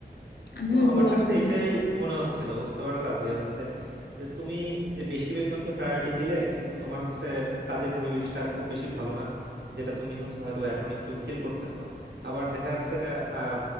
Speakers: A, on the left; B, on the right.
A: আমিও
B: তো
A: এগুলো
B: আমার কাছে
A: আসলে
B: এটাই মনে হচ্ছিল বুঝতে পারলা যে হচ্ছে যে তুমি যে বেশি বেতনকে প্রায়োরিটি দিলে কিন্তু তোমার হচ্ছে কাজের পরিবেশটা খুব বেশি ভালো না যেটা তুমি হচ্ছে হয়তো এখন একটু ফিল করতেছো আবার দেখা যাচ্ছে আহ